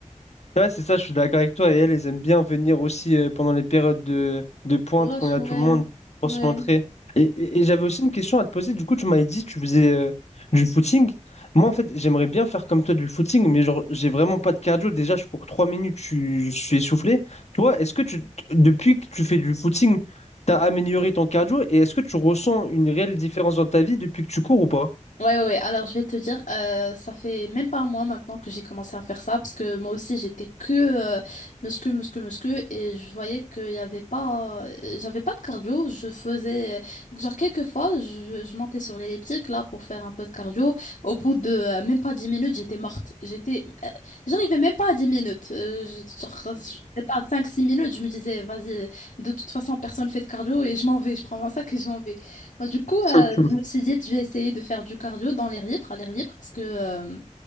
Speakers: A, on the left; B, on the left.
A: Ouais, c'est ça, je suis d'accord avec toi. Et elles, elles aiment bien venir aussi euh, pendant les périodes de, de pointe,
B: Rush,
A: quand il y a
B: ouais.
A: tout le monde, pour
B: Ouais.
A: se montrer. Et, et- et j'avais aussi une question à te poser. Du coup, tu m'avais dit que tu faisais euh, du footing. Moi, en fait, j'aimerais bien faire comme toi du footing, mais genre, j'ai vraiment pas de cardio. Déjà, je cours trois minutes, je, suis je suis essoufflé. Toi, est-ce que tu, depuis que tu fais du footing, tu as amélioré ton cardio et est-ce que tu ressens une réelle différence dans ta vie depuis que tu cours ou pas?
B: Ouais, ouais, ouais. alors je vais te dire, euh, ça fait même pas un mois maintenant que j'ai commencé à faire ça, parce que moi aussi j'étais que euh, muscu, muscu, muscu, et je voyais qu'il y avait pas, euh, j'avais pas de cardio, je faisais, euh, genre quelques fois, je, je montais sur l'elliptique là pour faire un peu de cardio, au bout de euh, même pas 10 minutes, j'étais morte, j'étais, euh, j'arrivais même pas à 10 minutes, euh, je- genre, je sais pas, 5-6 minutes, je me disais, vas-y, de toute façon personne fait de cardio, et je m'en vais, je prends mon sac et je m'en vais. Moi, du coup, euh,
A: <laughs>
B: je me suis dit, je vais essayer de faire du cardio dans l'air libre, à l'air libre, parce que euh,